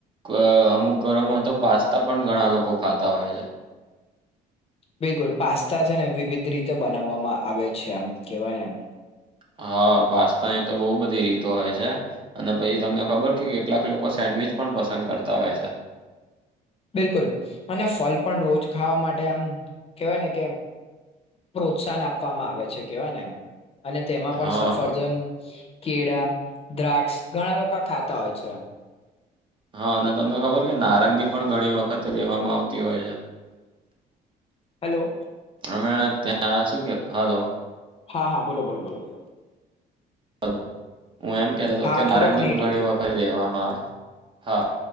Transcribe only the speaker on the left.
બિલકુલ પાસ્તા છે ને વિવિધ રીતે બનાવવામાં આવે છે એમ કેવાય નેમ
બિલકુલ અને ફલ પણ રોજ ખાવા માટે આમ કહેવાય ને કે પ્રોત્સાહન આપવામાં આવે છે કેવા ને અને તેમાં પણ
સફરજન કેળા દ્રાક્ષ ઘણા લોકો ખાતા હોય છે.
હલ્લો.
હા હા બોલો બોલો બોલો બોલો.
હા
થોડોક નેટ
જતું
રહ્યું